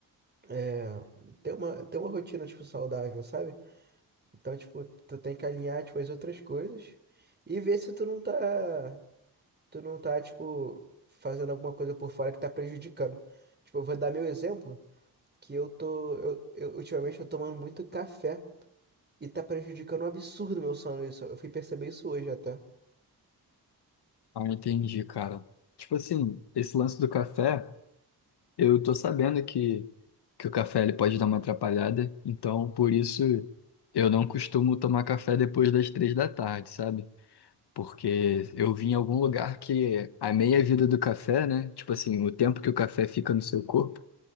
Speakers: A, on the right; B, on the left.
A: é, ter uma, ter uma rotina, tipo, saudável, sabe? Então, tipo, tu tem que alinhar, tipo, as outras coisas e ver se tu não tá, tu não tá, tipo, fazendo alguma coisa por fora que tá prejudicando. Tipo, eu vou dar meu exemplo, que eu tô, eu, eu ultimamente tô tomando muito café. E tá prejudicando um absurdo meu sono isso. Eu fui perceber isso hoje até.
B: Ah, entendi, cara. Tipo assim, esse lance do café. Eu tô sabendo que, que o café ele pode dar uma atrapalhada, então por isso eu não costumo tomar café depois das três da tarde, sabe? Porque eu vi em algum lugar que a meia-vida do café, né? Tipo assim, o tempo que o café fica no seu corpo,